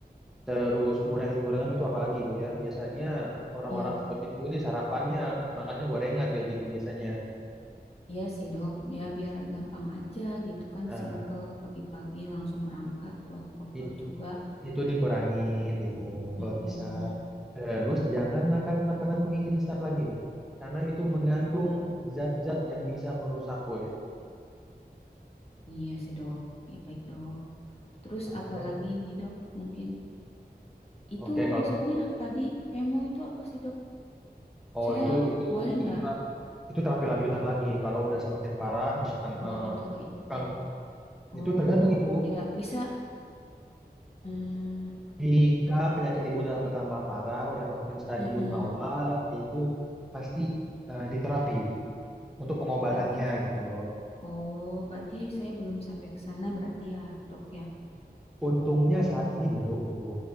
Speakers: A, in the centre; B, on the left (about 35°).
A: terus gorengan-gorengan itu apalagi, Bu ya. Biasanya orang-orang
B: iya.
A: seperti Bu ini sarapannya makannya gorengan kayak gitu biasanya.
B: Iya sih dok, ya biar gampang aja gitu kan,
A: Nah,
B: simple pagi-pagi langsung berangkat buat bekal
A: it-
B: juga.
A: itu dikurangin, Ibu, kalau
B: Mm-mm.
A: bisa. Terus jangan makan makanan mie instan lagi, Bu. Karena itu mengandung zat-zat yang bisa merusak kulit.
B: Iya sih dok, ya baik dok. Terus
A: Oke.
B: apalagi nih dok, mungkin itu
A: Oke, kalau
B: maksudnya tadi kemo itu apa sih dok?
A: Oh
B: Saya
A: itu itu
B: boleh
A: itu
B: nggak
A: tera- itu terapi lanjutan lagi kalau udah semakin parah misalkan
B: nggak
A: eh,
B: itu nggak ikutin?
A: kang
B: Oh,
A: itu tergantung ibu
B: ya bisa. Mm,
A: jika penyakit ibu telah bertambah parah udah masukin stadium
B: mm-mm.
A: awal itu pasti eh, diterapi ibu untuk pengobatannya
B: Berarti k-
A: gitu loh
B: oh berarti saya belum sampai ke sana berarti ya dok ya.
A: Untungnya saat ini belum, Ibu.